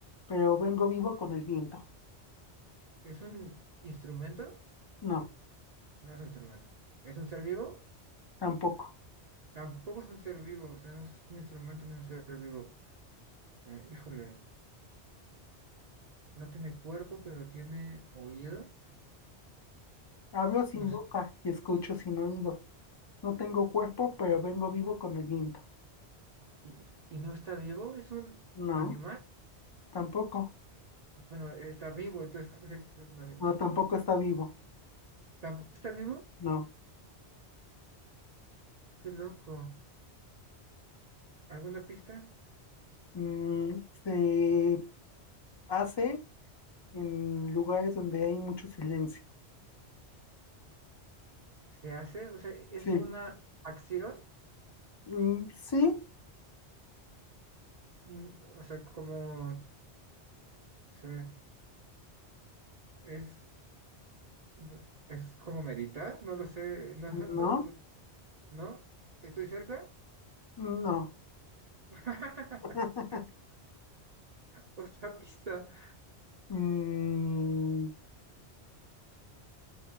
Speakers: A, on the left; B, on the right.
A: pero vengo vivo con el viento.
B: ¿es un instrumento?
A: No,
B: No es un instrumento. ¿Es un ser vivo?
A: tampoco.
B: Tampoco es un ser vivo, o sea, no es un instrumento ni un ser vivo. Eh, híjole, no tiene cuerpo, pero tiene oído.
A: Hablo sin
B: no sé,
A: boca y escucho sin oído. No tengo cuerpo, pero vengo vivo con el viento.
B: y, y no está vivo, es un
A: No,
B: animal.
A: tampoco.
B: Bueno, está vivo, entonces <laughs> no tendría que ser un animal.
A: No, tampoco está vivo.
B: Tampoco está vivo,
A: No.
B: qué loco. ¿Alguna pista?
A: Mm, se hace en lugares donde hay mucho silencio.
B: ¿Se hace? O sea, es
A: Sí.
B: una acción,
A: Mm, sí.
B: mm, o sea, como, o sea es, mm, es como meditar, no lo sé, no,
A: No.
B: <laughs> no, no, no, ¿estoy cerca?
A: No.
B: <laughs>
A: <laughs>
B: Otra pista.
A: Mm,